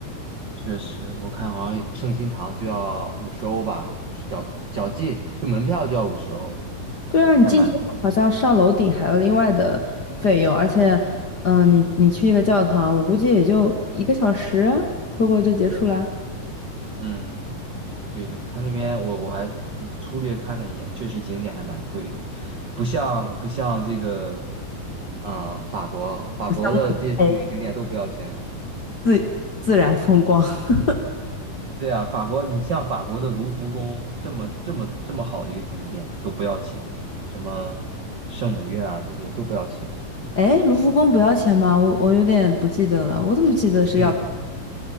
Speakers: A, on the right; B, on the left.
A: 确实，我看好像圣心堂就要五十欧吧，就是脚脚进就门票就要五十欧，
B: 对啊，你进去好像上楼顶还有另外的费用，
A: 还是蛮，
B: 而且，嗯、你你去一个教堂，我估计也就一个小时啊会不会就结束啦？
A: 嗯，对的。他那边我我还粗略看了一眼，确实景点还蛮贵的，不像不像这个，嗯、法国法国的这些著名景点都不要钱的。
B: 不像慕尼黑自自然风光。<laughs>
A: 对啊，法国，你像法国的卢浮宫这么这么这么好的一个景点都不要钱，什么圣母院啊这些都不要钱。
B: 哎，卢浮宫不要钱吗？我我有点不记得了，我怎么记得是要？
A: 对，